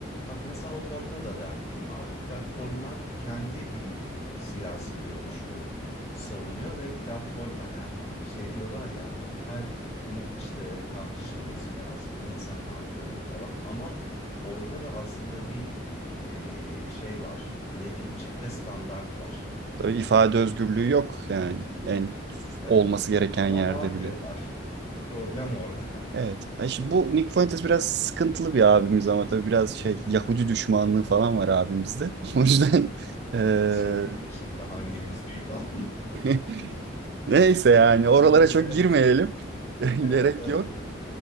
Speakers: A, on the left; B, on the right.
A: Bak mesela o konuda da dertliyim abi. Platformlar kendi bir siyasi görüşü savunuyor ve platform hani şey diyorlar ya her fikrin işte tartışılması lazım, insan hakları falan ama orada da aslında bir eee, şey var. Ne diyeyim? Çifte standart var.
B: Tabii ifade özgürlüğü yok yani en
A: Evet.
B: olması gereken
A: Ama
B: yerde
A: var
B: bile.
A: diyorlar. Problem orada.
B: Evet. Ay şimdi bu Nick Fuentes biraz sıkıntılı bir abimiz ama tabii biraz şey Yahudi düşmanlığı falan var abimizde. <laughs> O yüzden
A: <laughs>
B: eee,
A: Şey diyeyim mi şimdi hangimiz değil falan.
B: <laughs> neyse yani
A: <laughs> Kanye
B: oralara
A: West.
B: çok girmeyelim. <laughs>
A: Evet
B: Gerek
A: evet
B: yok.
A: yok.